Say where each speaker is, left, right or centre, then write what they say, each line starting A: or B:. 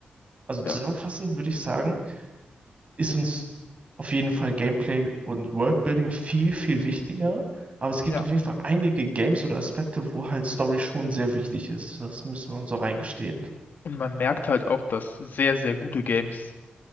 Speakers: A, on the right (about 45°); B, on the left (about 65°).
A: Also zusammenfassend
B: ja,
A: würde ich sagen, ist uns auf jeden Fall Gameplay und Worldbuilding viel, viel wichtiger. Aber es gibt
B: ja.
A: auf jeden Fall einige Games oder Aspekte, wo halt Story schon sehr wichtig ist. Das müssen wir uns auch eingestehen.
B: Und man merkt halt auch, dass sehr, sehr gute Games